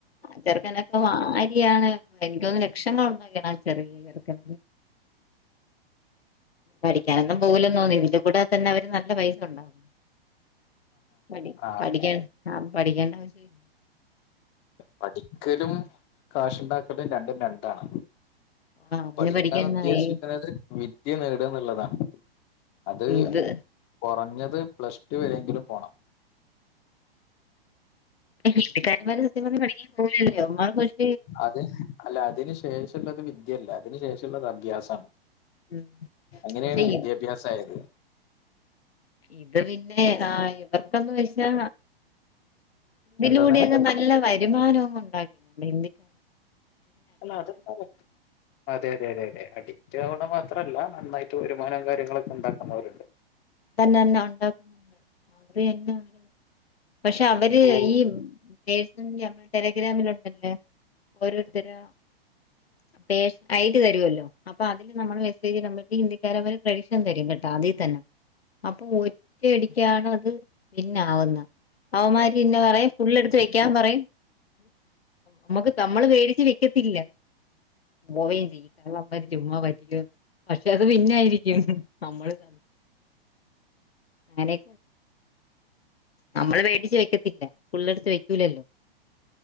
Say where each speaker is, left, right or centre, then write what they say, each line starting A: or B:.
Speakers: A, on the left; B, on the left.
A: ചെറുക്കനൊക്കെ വാരിയാണ് എനിക്കൊന്ന്ണു ലക്ഷങ്ങളുണ്ടാക്കി ണ് ചെറിയ ചെറുക്കൻ പഠിക്കാനൊന്നും പോകൂലെന്ന് തോന്നി ഇതി കൂടെ തന്നെ അവര് നല്ല പൈസ ഉണ്ടാവും പഠി
B: ആ
A: പഠിക്കാൻ ആ പഠിക്കേണ്ട ആവശ്യം ഇല്ല
B: പഠിക്കലും കാഷുണ്ടാക്കലും രണ്ടും രണ്ടാണ്
A: ആ അവന്
B: പഠിക്കാന്ന്
A: പഠിക്കുന്ന
B: ഉദ്ദേശിക്കുന്നത്
A: ഈ
B: വിദ്യ നേട എന്നുള്ളതാണ് അത്
A: ഇത്
B: കുറഞ്ഞത് പ്ലസ്ടു വരെങ്കിലും പോണം
A: ഹിന്ദിക്കാരന്മാര് സത്യം പറഞ്ഞ പഠിക്കാൻ പോവൂലല്ലോ അവക്ക്
B: അത് അല്ല അതിന് ശേഷംള്ളത് വിദ്യല്ല അതിന് ശേഷള്ളത് അഭ്യാസാണ്
A: ഉം
B: അങ്ങനെണ്
A: പക്ഷെ
B: വിദ്യാഭ്യാസായത്
A: ഇ- ഇത് പിന്നെ ആഹ് ഇവക്കന്ന് വെച്ചാ ഇതിലൂടെക്കെ
B: എന്താന്ന്
A: ന നല്ല വരുമാനോം ഉണ്ടാക്കുന്നുണ്ട് ഹിന്ദിക്കാ
B: അല്ല അത്പ്പം അതെ അതെ അതെ അതെ അഡിക്റ്റ് ആവണ മാത്രല്ല നന്നായിട്ട് വരുമാനം കാര്യങ്ങളൊക്കെ ഉണ്ടാക്കുന്നവരുണ്ട്
A: തന്നെ എന്നെ ഉണ്ടാകുന്നത് <unintelligible> പക്ഷെ അവര്
B: ഓ
A: ഈ <unintelligible> നമ്മളെ ടെലിഗ്രാമിലുണ്ടല്ലേ ഓരോരുത്തരും പേര് അയിഡി വരുവല്ലോ അപ്പൊ അതില് നമ്മള് മെസ്സേജ് ഇടമ്പക്ക് ഹിന്ദിക്കാരെമാര് പ്രടിക്ഷൻ തരും കെട്ടാ അതിൽ തന്നെ അപ്പൊ ഒറ്റയടിക്കാണ് അത് പിന്നാവുന്ന അവന്മാരിന്നെ പറയും ഫുള്ള് എടുത്ത് വെക്കാൻ പറയും നമ്മുക്ക് തമ്മള് പേടിച്ച് വിക്കത്തില്ല പോവേം ചെയ്യും ചുമ്മാ പൈസ ര് പക്ഷെ അത് പിന്നായിരിക്കും നമ്മള് കാ ങ്ങനെ നമ്മള് പേടിച്ച് വെക്കത്തില്ല ഫുള്ളടുത്ത് വെക്കൂലല്ലോ